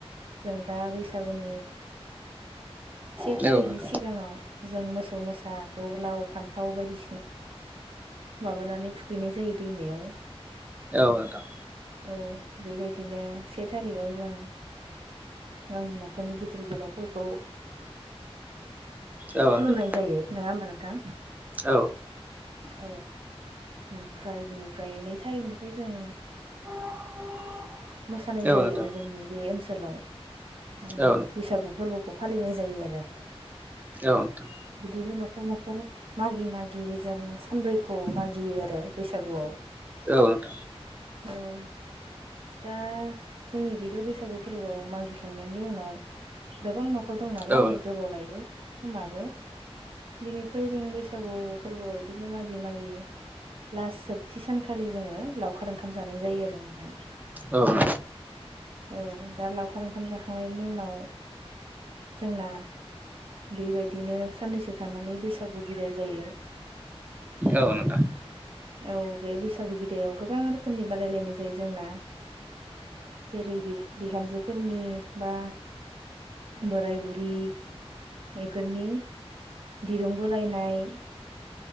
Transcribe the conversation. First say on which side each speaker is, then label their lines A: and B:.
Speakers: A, on the right; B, on the right.
A: जों दा बैसागुनि
B: औ
A: से थारिखनि
B: नोंथां
A: सिगाङाव जों मोसौ मोसाखौ लाव फान्थाव बायदि माबानानै थुखैनाय जायो दैमायाव।
B: औ नोंथां।
A: औ बेबायदिनो से थारिखाव जों गावनि न'खरनि गिदिर गोलाव फोरखौ
B: औ
A: खुलुमनाय
B: नोंथां
A: जायो नङा होमबा नोंथां?
B: औ।
A: औ ओमफ्राय बेनिफ्राय नै थारिखनिफ्राय जों
B: <inaudible>
A: मोसानाय जायो
B: नोंथां
A: आरो जोंनि बे ओनसोलाव माने
B: औ नोंथां औ
A: बैसागु फोरबोखौ फालिनाय जायो आरो।
B: औ नोंथां।
A: बिदिनो न'खर न'खर मागि मागि जों सानब्रैखौ मागियो आरो बैसागुआव।
B: औनोथ
A: औ दा जोंनि गैथ' बैसागु फोरबोआव मागिखांनायनि उनाव गोबां न'खर नखर दं नालाय
B: औ नोंथां औ नोंथां औ नोंथां औ नोंथां औ नोंथां औ नोंथां औ नोंथां औ नोंथां औ नोंथां औ नोंथां औ नोंथां औ नोंथां औ
A: गोबाव लायो समाबो बिनिफ्राय जों बेस बैसागु फोरबोआव बिदिनो मागि मागि लास्ट जोबथि सानखालि जोङो लावखार ओंखाम जानाय जायो आरो नोंथां
B: औ नोंगौ
A: औ दा लावखार ओंखाम जाखांनायनि उनाव जोंना बेबायदिनो साननैसो थानानै बैसागु बिदाय जायो
B: औ नोंथां
A: औ बे बैसागु बिदायाव गोबां रोखोमनि बादायलायनाय जायो जोंना जेरै बे बिहामजोफोरनि बा बोराय बुरि बेफोरनि दिरुं बोलायनाय